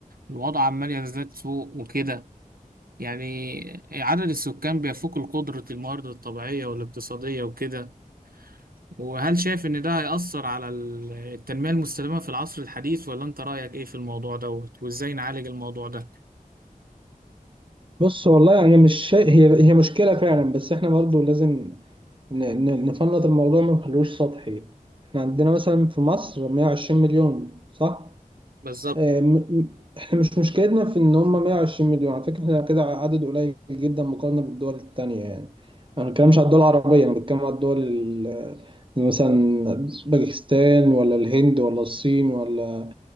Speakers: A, on the right; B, on the right.
A: الوضع عمال يزداد سوء وكده يعني عدد السكان بيفوق القدرة الموارد الطبيعية والاقتصادية وكده وهل شايف ان ده هيأثر على ال- التنمية المستدامة في العصر الحديث ولا انت رأيك ايه في الموضوع دوت وازاي نعالج الموضوع ده؟
B: بص والله انا مش شا... هي هي مشكله فعلا بس احنا برضو لازم ن... ن... نفنط الموضوع ما نخلوش سطحي احنا عندنا مثلا في مصر 120 مليون صح
A: بالظبط
B: اه م... م- احنا مش مشكلتنا في ان هم 120 مليون على فكره احنا كده عدد قليل جدا مقارنه بالدول التانية يعني انا ما بتكلمش على الدول العربيه انا بتكلم على الدول ال- مثلا باكستان ولا الهند ولا الصين ولا